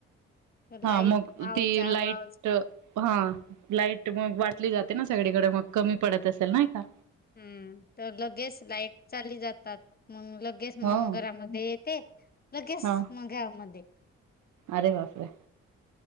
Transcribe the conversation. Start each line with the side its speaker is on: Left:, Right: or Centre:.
Left: तर
Right: हा
Left: लाईट
Right: मग
Left: आव
Right: ती
Left: जाव
Right: लाईट
Left: आव जा-
Right: हा लाईट मग वाटली जाते ना सगळीकडे मग कमी पडत असेल नाही का.
Left: हम्म तर लगेच लाईट चाली जातात मग लगेच मग
Right: हो.
Left: घरामध्ये येते. लगेच
Right: हा
Left: म गावामध्ये.
Right: अरे बापरे